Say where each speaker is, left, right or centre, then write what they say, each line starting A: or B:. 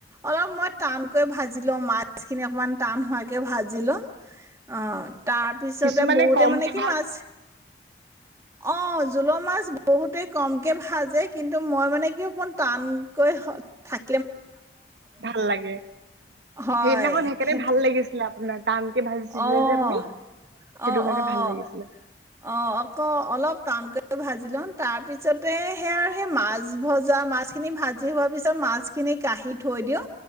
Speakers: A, on the right; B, on the right.
A: অলপ মই টানকৈ ভাজি লওঁ মাছখিনি অকণমান টান হোৱাকৈ ভাজি লওঁ অ তাৰ পিছতে
B: কিছুমানে
A: বহুতে
B: কমকে
A: মানে কি
B: ভাল
A: মাছ অ জোলৰ মাছ বহুতে কমকে ভাজে কিন্তু মই মানে কি অকমান টান হৈ থাক
B: ভাল লাগে,
A: হয়,
B: সেইদিনাখন সেইকাৰণে
A: সেইটো
B: ভাল লাগিছিলে আপোনাক। টানকে ভাজিছিলে
A: অ',
B: যে আপুনি,
A: অ',
B: সেইটো কাৰণে
A: অ',
B: ভাল লাগিছিলে।
A: অ' অক অলপ টানকৈ ভাজি লওঁ তাৰপিছতে সে আৰু সেই মাছ ভজা মাছখিনি ভাজি হোৱা পিছত মাছখিনি কাঢ়ি থৈ দিওঁ।